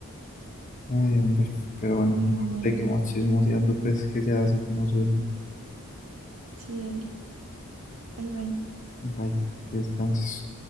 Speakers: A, on the left; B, on the right.
A: Ay, hombre, pero bueno,
B: pero bueno,
A: seguimos chismoseando, pues que ya hace como sueño.
B: sí, dale, bye bye.
A: Bye, que descanses.